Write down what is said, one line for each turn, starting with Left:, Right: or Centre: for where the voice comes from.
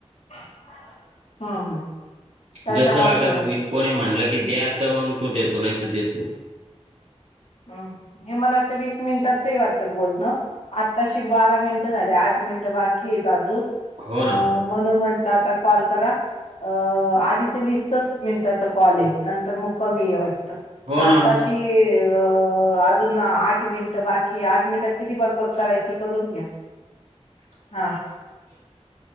Left: हम्म हम्म त्याच्यामुळे
Right: जसं अगर
Left: तर जास्त
Right: बीज कोणी म्हणलं की द्या तर मग तू देतो नाही तर देत नाही
Left: हम् हे मला वाटतं वीस मिनिटाचंही वाटत बोलणं आत्ताशी बारा मिनिटं झाली आठ मिनिटं बाकी आहेतेत अजून
Right: हो
Left: अ
Right: ना
Left: म्हणून म्हटलं आता कॉल करा अ आधीच वीसचाच मिनिटाचा कॉल आहे नंतर मग कमी आहे वाट त
Right: हो ना
Left: आताशी, अ अजून आठ मिनिट बाकीये. आठ मिनिटात किती बक बक करायची करून घ्या.
Right: ह
Left: हा,